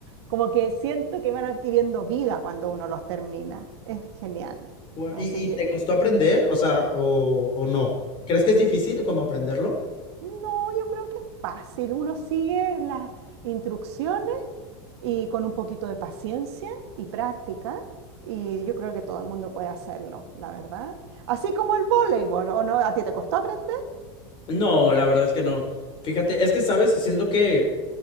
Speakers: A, on the right; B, on the left.
A: como que siento que van adquiriendo vida cuando uno los termina. Es genial.
B: Gua-
A: Así
B: ¿Y, y
A: que,
B: te costó aprender? O sea, o, o no. ¿Crees que es difícil como aprenderlo?
A: no, yo creo que es fácil. Uno sigue las instrucciones y con un poquito de paciencia y práctica, y yo creo que todo el mundo puede hacerlo, la verdad. Así como el voleibol, ¿o no? ¿A ti te costó aprender?
B: No, la verdad es que no. Fíjate, es que, ¿sabes? Siento que